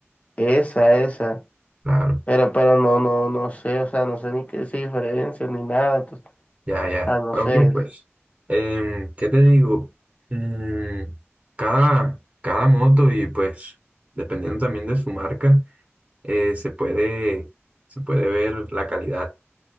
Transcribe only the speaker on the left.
esa, esa.
Pero, pero no, no, no sé, o sea, no sé ni qué se diferencia ni nada, entonces,
ah, no
sé,